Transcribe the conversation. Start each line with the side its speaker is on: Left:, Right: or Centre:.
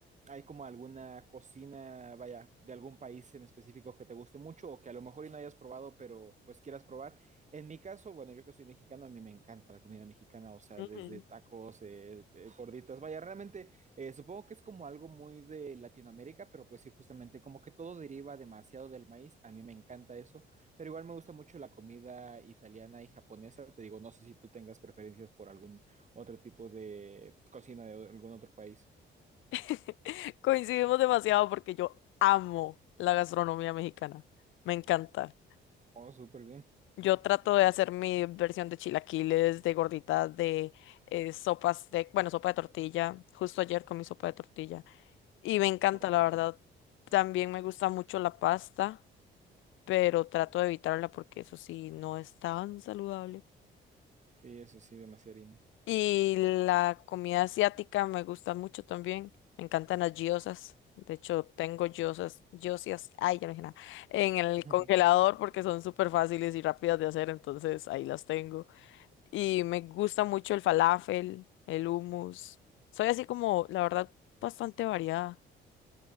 Right: hay como alguna cocina, vaya, de algún país en específico que te guste mucho o que a lo mejor y no hayas probado, pero pues quieras probar. En mi caso, bueno, yo que soy mexicano, a mí me encanta la comida mexicana, o sea,
Left: ujú,
Right: desde
Left: ujú.
Right: tacos, eh, eh, gorditas, vaya, realmente eh, supongo que es como algo muy de Latinoamérica, pero pues sí, justamente como que todo deriva demasiado del maíz, a mí me encanta eso, pero igual me gusta mucho la comida italiana y japonesa, te digo, no sé si tú tengas preferencias por algún otro tipo de cocina de algún otro país.
Left: <laughs> Coincidimos demasiado porque yo amo la gastronomía mexicana. Me encanta.
Right: Oh, súper bien.
Left: Yo trato de hacer mi versión de chilaquiles, de gorditas, de eh, sopas de, bueno, sopa de tortilla. Justo ayer comí sopa de tortilla. Y me encanta,
Right: Oh,
Left: la
Right: qué
Left: verdad.
Right: rico.
Left: También me gusta mucho la pasta, pero trato de evitarla porque eso sí, no es tan saludable.
Right: Sí, eso sí, demasiada harina.
Left: Y la comida asiática me gusta mucho también. Me encantan las gyozas. De hecho, tengo gyozas, gyozas, ay, ya no dije nada, en el
Right: <laughs>
Left: congelador porque son súper fáciles y rápidas de hacer, entonces ahí las tengo. Y me gusta mucho el falafel, el hummus. Soy así como, la verdad, bastante variada.